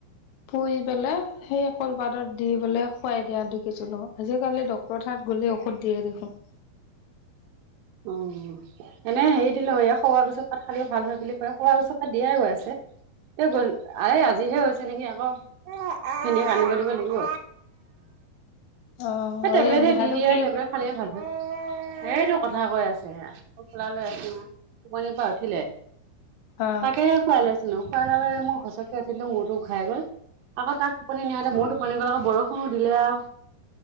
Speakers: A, on the left; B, on the right.
A: পু পেলাই সেই কলপাতত দি পেলে খোৱাই দিয়া দেখিছিলো আজিকালি ডক্তৰৰ তাত গ'লে ঔষধ দিয়ে দেখোন
B: অ এনেই হেৰি দিলো এই খোৱাৰ পিছত পাত খালেও ভাল হয় বুলি কয় কোৱা গছৰ তাত দিয়াই গৈ আছে গল আ আজিহে হৈছে তেনেকে আকৌ খিনি <unintelligible> দিব লাগিব
A: অ
B: এই টেবলেটে
A: দেহাটো
B: দি দিয়া
A: কি
B: টেবলেট
A: অ
B: খালে ভাল এইটো কথা কৈ আছে হেয়া <unintelligible> লৈ আছিলো টোপনি পৰা উঠিলে
A: অ
B: তাকেহে খোৱাই লৈ আছিলো খোৱাৰ লগে মই ঘচকে উঠিলো মোৰতো ঘ খাই গ'ল আকৌ তাক টোপনি নিয়া মইতো টোপনি গল আৰু বৰষুণো দিলে আও।